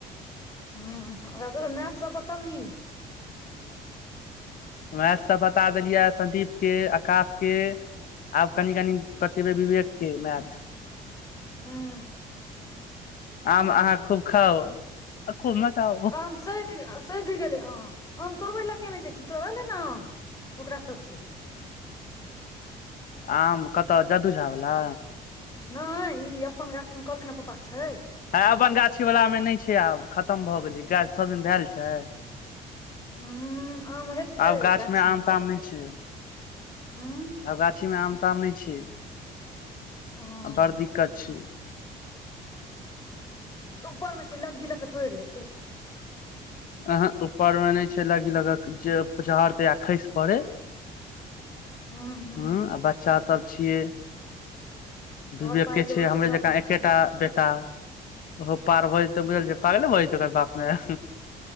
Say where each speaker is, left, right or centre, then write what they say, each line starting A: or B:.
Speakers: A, on the left (about 20°); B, on the left (about 55°).
A: ह ओकरा सभ मैथ सभ बतबही
B: मैथसभ बता देलियै संदीपके आकाशके आब कनि कनि बतेबै विवेक के मैथ
A: हूँ हूँ
B: आम अहाँ खूब खाउ आ खूब मचाउ
A: आम सथि सढि गेलै आ आम तोड़बै लए केने जाइ छी तोड़ले ने आम ओकरा सबसे
B: आम कतऽ जादू झा बला
A: नहि ई अपन गाछ में कहलखिन ने पापा छै
B: हँ अपन गाछीवलामे नहि छै आब खतम भऽ गेलै गाछ सभ दिन धएल छै
A: ह आम हेतै
B: आब गाछ
A: गाछीमे
B: मे आम ताम नहि छै
A: हू
B: आब गाछीमे आम ताम नहि छै
A: उ
B: बड़ दिक्त छै
A: ह उपरमे लगी लऽ के तोड़ि लेतै
B: अह ऊपरमे नहि छै लगी लगक जे चहड़तै आ खसि पड़े
A: हूं हूं
B: ह्म आ बच्चासश सभ छियै
A: तोहर
B: विवेकके
A: पाइ जोर
B: छै
A: छौ
B: हमरे
A: सब
B: जेकाँ एकेटा
A: नीक
B: बेटा ओहो पार भै जेतै तऽ बुझल छौ पागले भऽ जेतै बाप माय